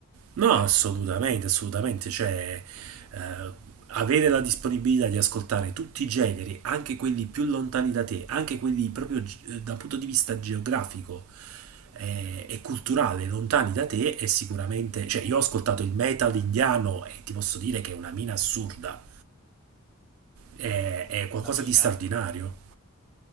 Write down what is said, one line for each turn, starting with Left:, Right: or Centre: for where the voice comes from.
Right: No,
Centre: È
Right: assolutamente, assolutamente. Cioè, eh, avere la disponibilità di ascoltare tutti i generi, anche quelli più lontani da te, anche quelli proprio gi- eh, dal punto di vista geografico eh, e culturale, lontani da te, è sicuramente... Cioè, io ho ascoltato il metal indiano e ti posso dire che è una mina assurda, è, è qualcosa
Centre: una mina,
Right: di straordinario.